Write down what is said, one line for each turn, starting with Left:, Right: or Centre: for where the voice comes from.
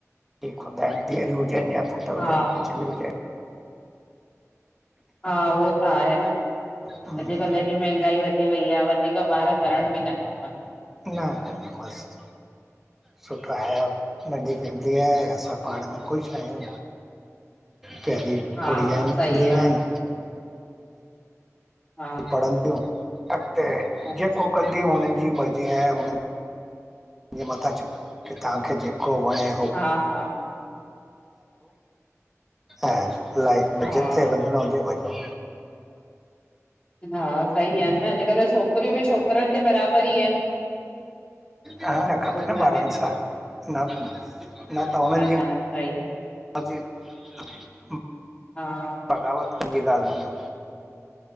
Centre: ठीकु हूंदा आहिन धीअर हुजनि या पुटु
Left: हा
Centre: हुजनि कुझु बि हुजेन।
Left: हा उहो त आहे न
Centre: हम्म,
Left: अॼुकल्ह
Centre: हम्म,
Left: एॾी महांगाई वधी वई आहे। वधीक ॿार करण बि न खपन।
Centre: न -न- न मस्त। सुठो आहे, नंढी फैमिली आहे, असां पाण में ख़ुश आहियूं। प्यारी
Left: हा
Centre: गुड़िया मिली
Left: सही आ।
Centre: आहेन।
Left: हा
Centre: पणन तिंयू, अॻते
Left: अच्छा
Centre: जेको कन हुननि जी मर्ज़ी आहे, हुननि जे मथां छॾयो कि तव्हांखे जेको वणे
Left: हा हा
Centre: ऐं लाइफ में
Left: हा
Centre: जिथे वंञिणो हुजे वंञो।
Left: हा सही आ न, अॼुकल्ह छोकिरियूं बि छोकरन जे बराबर ई आहिन।
Centre: रहन खपे न
Left: कान्हे।
Centre: ॿारहनि सां न न त उन्हनि जी
Left: न सही
Centre: अ <unintelligible>
Left: हा
Centre: बगावतं हिंज जी ॻाल मंञो।